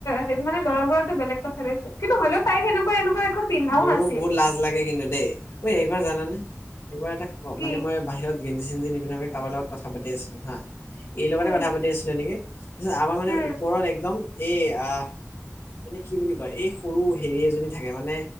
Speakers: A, on the left; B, on the left.
A: সেইটোমানে ল'ৰাবোৰতো বেলেগ কথা নাইচোন কিন্তু হ'লেই তাই সেনেকুৱা এনেকুৱ একো পিন্ধাও
B: মোৰো
A: নাছিল
B: বহুত লাজ লাগে কিন্তু দেই, ঐ একবাৰ জানানে একবাৰ এটা ক
A: কি
B: মানে মই বাহিৰত গেঞজি-চেঞ্জি নিপিন্ধাকে কাৰোবাৰ লগত কথা পাতি আছিলো হা, এই লগতে
A: হম
B: কথা পাতি আছিলে নেকি! তাৰপিছত আমাৰ মনে
A: হম
B: ওপৰত একদম এই আহ, মানে কি বুলি কয় এই সৰু হেৰি এজনী থাকে মানে